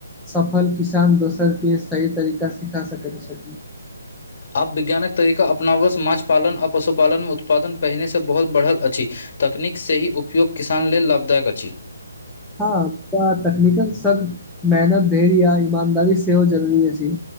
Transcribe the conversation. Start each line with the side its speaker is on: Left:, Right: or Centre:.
Centre: सफल किसान दोसर के सही तरीका सिखा सकैत छथि
Left: आब विज्ञानक तरीका अपनाबसँ माछ पालन आ पशुपालन मे उत्पादन पहिने सँ बहुत बढ़ल अछि तकनीक सँ ही उपयोग किसान लेल लाभदायक अछि
Centre: हँ हम तकनीकक शख मेहनत धैर्य या ईमानदारी सेहो जरूरी छी